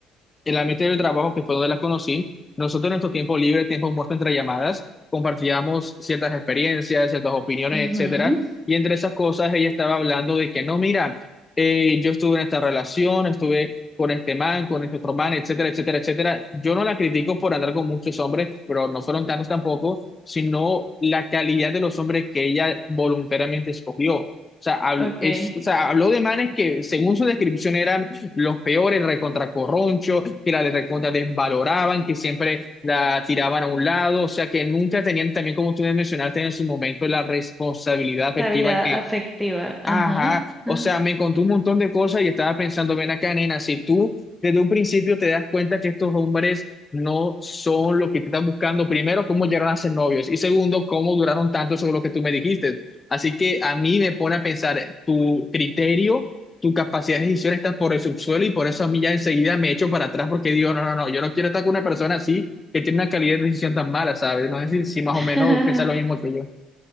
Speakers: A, on the left; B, in the centre.
A: en la ambiente del trabajo, que fue donde la conocí, nosotros en nuestro tiempo libre, tiempo muerto entre llamadas, compartíamos ciertas experiencias, ciertas opiniones,
B: ujú.
A: etcétera. Y entre esas cosas, ella estaba hablando de que no, mira, eh, yo estuve en esta relación, estuve con este man, con este otro man, etcétera, etcétera, etcétera. Yo no la critico por andar con muchos hombres, pero no fueron tantos tampoco, sino la calidad de los hombres que ella voluntariamente escogió. O sea, habl-
B: Okay.
A: es- o sea, habló de manes que, según su descripción, eran los peores, recontra corroncho, que la de recontra desvaloraban, que siempre la tiraban a un lado, o sea que nunca tenían también, como tú mencionaste en su momento, la responsabilidad afectiva
B: Estabilidad
A: que
B: afectiva. Ajá.
A: Ajá, o
B: ah.
A: sea, me contó un montón de cosas y estaba pensando, ven acá, nena, si tú desde un principio te das cuenta que estos hombres no son lo que tú estás buscando, primero, cómo llegaron a ser novios y segundo, cómo duraron tanto sobre lo que tú me dijiste. Así que a mí me pone a pensar, eh, tu criterio, tu capacidad de decisión está por el subsuelo y por eso a mí ya enseguida me echo para atrás porque digo, no, no, no, yo no quiero estar con una persona así que tiene una calidad de decisión tan mala, ¿sabes? No sé si, si más
B: <laughs>
A: o menos piensas lo mismo que yo.